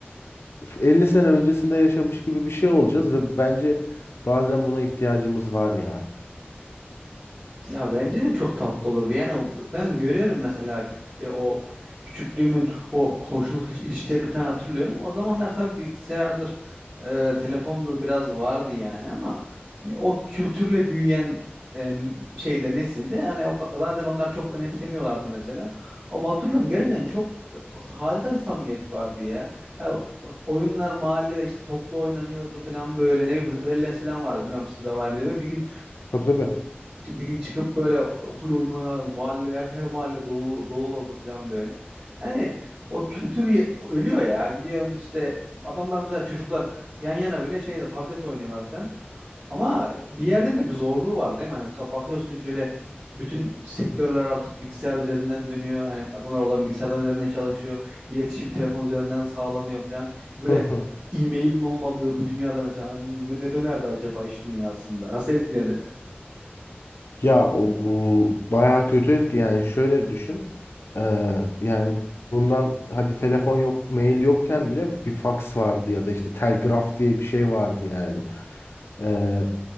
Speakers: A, on the left (about 80°); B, on the right (about 35°).
A: 50 sene öncesinde yaşamış gibi bir şey olacağız ve bence bazen buna ihtiyacımız var ya.
B: Ya bence de çok tatlı olurdu. Yani ben görüyorum mesela e, o küçüklüğümün o komşuluk il- ilişkilerini falan hatırlıyorum. O zamanlar tabii bilgisayardır, e, telefondur biraz vardı yani ama hani o kültürle büyüyen e, şeyde nesilde hani o, ka- zaten onlar çok önemsemiyorlardı mesela. Ama hatırlıyorum gerçekten çok e, harika bir samimiyet vardı ya. Ya o- oyunlar mahallede işte toplu oynanıyordu falan böyle ne bileyim Hıdrellez falan vardı bilmiyorum sizde var mıydı ve bir gün
A: Tabii tabii.
B: Çı- bir gün çıkıp böyle full oyun oynardım. Mahalle, her, her mahalle dolu, dolu olurdu falan böyle. Yani o kültür ye- ölüyor ya. Gidiyorsun işte adamlar mesela çocuklar yan yana bile şeyde tablet oynuyorlar falan. Ama bir yerden de bir zorluğu var değil mi? Hani mesela bakıyorsun şöyle bütün sektörler artık bilgisayar üzerinden dönüyor. Yani adamlar oradan bilgisayardan üzerinden çalışıyor. İletişim telefon üzerinden sağlanıyor falan. Böyle
A: Hı hı.
B: e-mailin olmadığı bir dünyada mesela ne, ne dönerdi acaba iş dünyasında? Nasıl etkilenirdi?
A: Ya o bu bayağı kötü etki yani şöyle düşün Eee, yani bundan hadi telefon yok mail yokken bile bir faks vardı ya da işte telgraf diye bir şey vardı yani Eee,